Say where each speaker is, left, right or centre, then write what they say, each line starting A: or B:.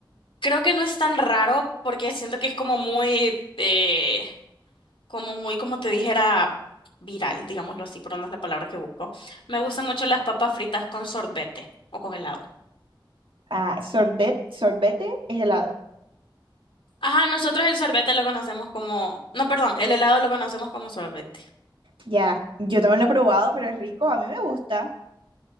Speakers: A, on the left (about 90°); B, on the right (about 85°).
A: creo que no es tan raro porque siento que es como muy, eh, como muy, como te dijera, viral, digámoslo así, pero no es la palabra que busco. Me gustan mucho las papas fritas con sorbete o con helado.
B: Ah, sorbet, sorbete es helado.
A: Ajá, nosotros el sorbete lo conocemos como, no, perdón, el helado lo conocemos como sorbete.
B: Ya, yo también lo he probado, pero es rico, a mí me gusta.